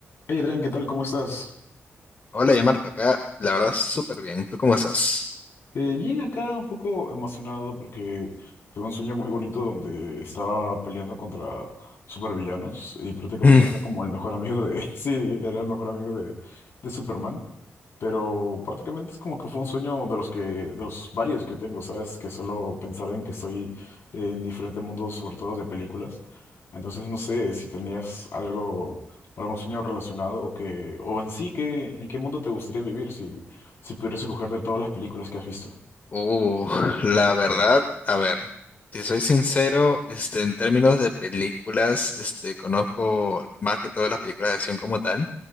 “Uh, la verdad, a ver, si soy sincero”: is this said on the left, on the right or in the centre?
Left